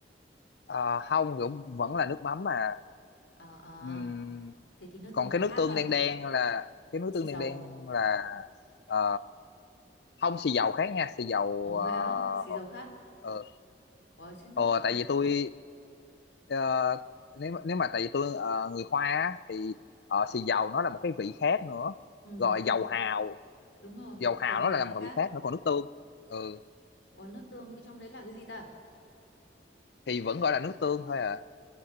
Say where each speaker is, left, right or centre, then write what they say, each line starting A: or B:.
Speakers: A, on the left; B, on the left.
A: à, không cũng vẫn là nước mắm mà
B: Ờ ờ,
A: Ừm,
B: thế thì nước
A: còn
B: tương
A: cái
B: là khác
A: nước tương
B: ha,
A: đen đen là cái nước
B: xì
A: tương
B: dầu.
A: đen đen là ờ, không xì dầu khác nha xì dầu
B: Ồ vậy á, xì
A: ờ,
B: dầu khác.
A: ờ,
B: Ủa chứ nước
A: Ờ,
B: tương.
A: tại vì tôi ờ, nếu nếu mà tại vì tôi ờ, người Hoa á, thì ờ, xì dầu nó là một cái vị khác nữa
B: Ừ
A: rồi
B: đúng rồi,
A: dầu hào
B: đúng rồi,
A: dầu
B: dầu
A: hào
B: hào
A: nó lại
B: lại
A: là một
B: khác.
A: vị khác nữa còn nước tương ừ
B: Ủa nước tương bên trong đấy là cái gì ta?
A: thì vẫn gọi là nước tương thôi à